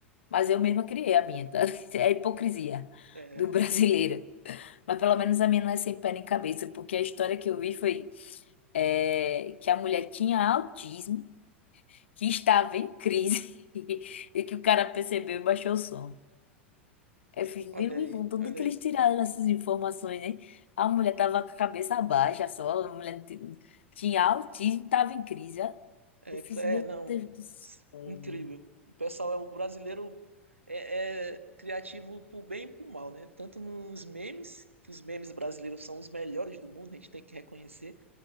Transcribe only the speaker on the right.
É.
Olha
aí,
olha
aí.
É,
é, não.
Incrível.
O pessoal é o brasileiro é, é criativo pro bem e pro mal, né? Tanto nos memes, que os memes brasileiros são os melhores do mundo, a gente tem que reconhecer.